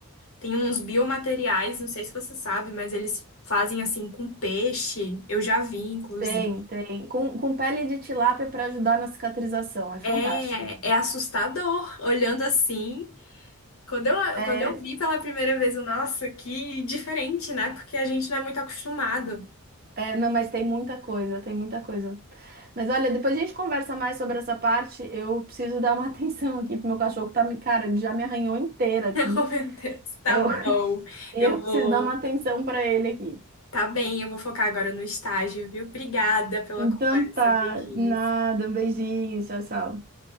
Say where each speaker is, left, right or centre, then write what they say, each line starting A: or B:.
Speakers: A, on the left (about 65°); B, on the right (about 40°).
A: Tem uns biomateriais, não sei se você sabe, mas eles fazem assim com peixe. Eu já vi, inclusive.
B: Tem, tem. Com, com pele de tilápia para ajudar na cicatrização. É fantástico.
A: É, é assustador olhando assim. Quando eu,
B: É.
A: quando eu vi pela primeira vez, eu, nossa, que diferente, né? Porque a gente não é muito acostumado. <laughs>
B: É, não, mas tem muita coisa, tem muita coisa. Mas olha, depois a gente conversa mais sobre essa parte. Eu preciso dar uma <laughs> atenção aqui pro meu cachorro que tá, me- cara, ele já me arranhou inteira aqui.
A: Oh, meu Deus, tá
B: Eu, <laughs>
A: bom.
B: eu
A: Eu vou.
B: preciso dar uma atenção pra ele aqui.
A: Tá bem, eu vou focar agora no estágio, viu? Obrigada pela
B: Então
A: conversa.
B: tá,
A: Beijinho.
B: nada, um beijinho, tchau, tchau.